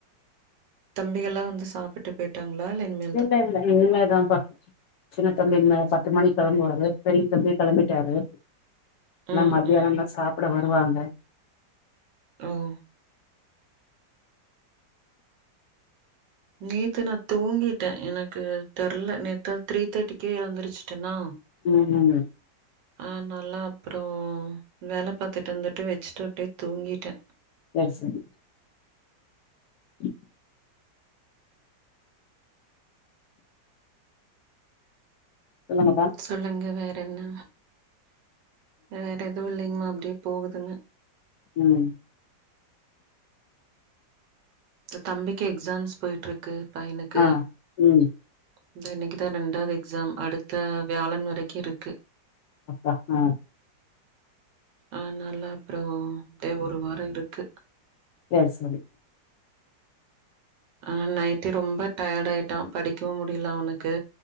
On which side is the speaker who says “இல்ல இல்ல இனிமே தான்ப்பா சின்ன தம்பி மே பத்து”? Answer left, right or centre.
Left